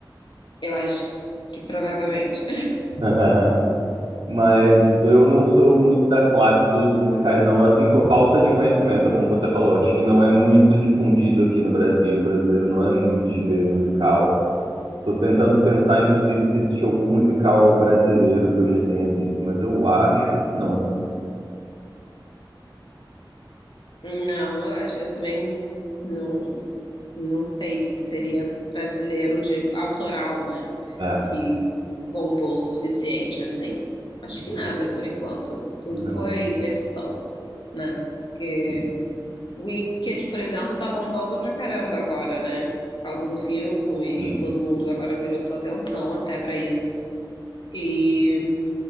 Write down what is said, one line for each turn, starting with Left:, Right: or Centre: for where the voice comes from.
Left: Eu acho que provavelmente.
Right: eu. <laughs> Mas eu não sou muito da classe dos musicais, não. Assim, por falta de conhecimento, como você falou. Acho que não é muito difundido aqui no Brasil. O brasileiro não é muito de ver musical. Tô tentando pensar, inclusive, se existe algum musical brasileiro que eu já tenha visto, mas eu acho que não.
Left: <laughs> Não, eu acho, eu também não Não sei o que que seria brasileiro de autoral, né?
Right: É,
Left: Que bombou o suficiente, assim. Acho
Right: uhum,
Left: que nada, por enquanto. Tudo
Right: não.
Left: foi versão, né? Porque
Right: Sim,
Left: Wicked, por exemplo, tá bombando pra caramba agora, né? Por causa do filme,
Right: sim.
Left: todo mundo agora virou sua atenção até pra isso. E